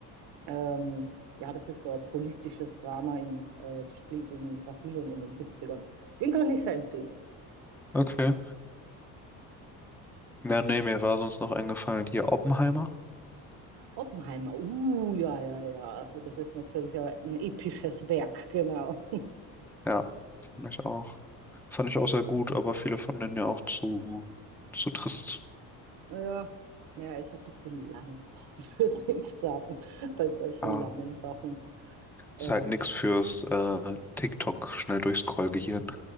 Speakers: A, on the right; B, in the centre.
A: ähm, ja, das ist so ein politisches Drama in, äh, das spielt in Brasilien in den Siebzigern. Den kann ich sehr empfehlen.
B: okay. Ja, nee, mir war sonst noch eingefallen. Hier Oppenheimer.
A: Oppenheimer, uh, ja, ja, ja. Also das ist natürlich ein ein episches Werk, genau. <laughs>
B: Ja, fand ich auch. Fand ich auch sehr gut, aber viele fanden den ja auch zu, zu trist.
A: Ja, ja, ist ein bisschen lang, <laughs> würde ich sagen, bei solchen
B: Ah,
A: langen Sachen. Äh,
B: ist halt nix fürs äh, TikTok schnell durchscrollgehirn.